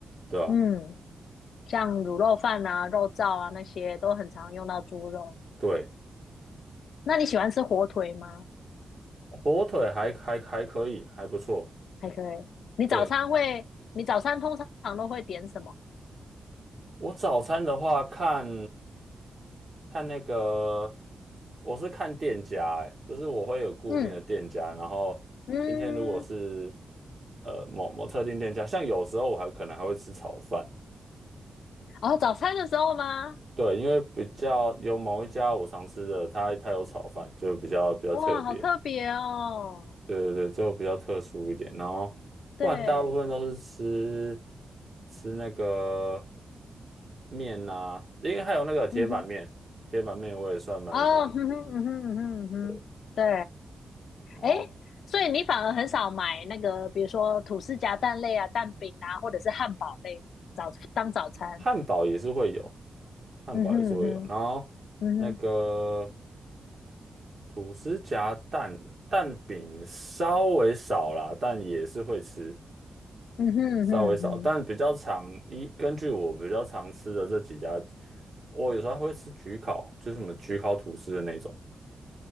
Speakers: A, on the right; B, on the left.
A: 对啊，
B: 嗯，像卤肉饭啊、肉燥啊那些都很常用到猪肉。
A: 对，
B: 那你喜欢吃火腿吗？
A: 火腿还还还可以，还不错。
B: 还可以。你早餐会，
A: 对，
B: 你早餐通常都会点什么？
A: 我早餐的话看，看那个，我是看店家、欸，就是我会有固定的店家，
B: 嗯
A: 然后今天如果是
B: 嗯，
A: 呃某某特定店家，像有时候我还可能还会吃炒饭，
B: 然哦，早餐的时候吗？
A: 对，因为比较有某一家我常吃的，它它有炒饭，就比较比较特别。
B: 哇，好特别哦。
A: 对对对，就比较特殊一点。然后不然大部分都是吃
B: 对，
A: 吃那个面啊，因为还有那个铁板面，
B: 嗯哼，
A: 铁板面我也算蛮常吃。
B: 哦，嗯哼，嗯哼，嗯哼，嗯哼，
A: 对，
B: 对。
A: 然后
B: 诶，所以你反而很少买那个，比如说吐司夹蛋类啊、蛋饼啊，或者是汉堡类的早当早餐。
A: 汉堡也是会有，汉堡也是会有。
B: 嗯哼嗯哼，
A: 然后那个
B: 嗯哼，
A: 吐司夹蛋蛋饼稍微少啦，但也是会吃。
B: 嗯哼嗯哼嗯哼，
A: 稍微少，但比较常一根据我比较常吃的这几家，我有时候还会吃焗烤，就是什么焗烤吐司的那种，